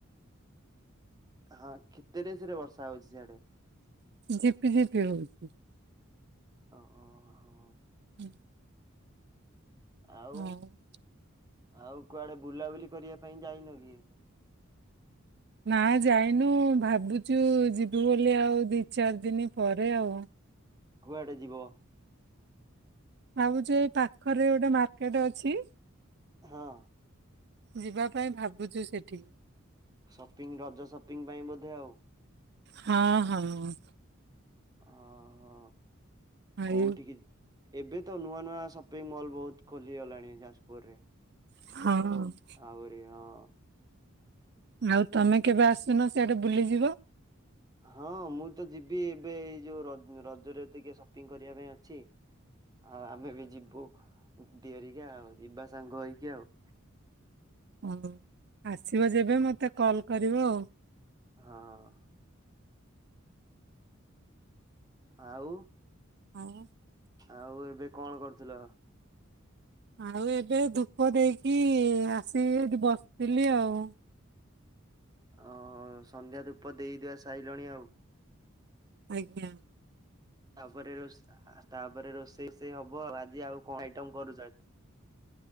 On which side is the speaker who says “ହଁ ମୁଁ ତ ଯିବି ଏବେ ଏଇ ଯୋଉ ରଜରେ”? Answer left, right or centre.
Right